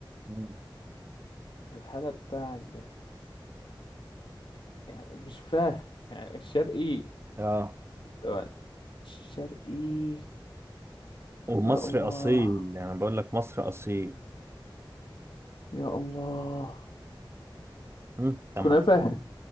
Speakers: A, on the right; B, on the left.
A: مم.
B: الحالة بتاعك ده يعني مش فاهم يعني الشرقي
A: اه
B: ثواني الشرقي
A: ومصر
B: يا الله
A: اصيل يعني بقول لك مصر اصيل
B: يا الله
A: مم. طب
B: كنافة
A: ما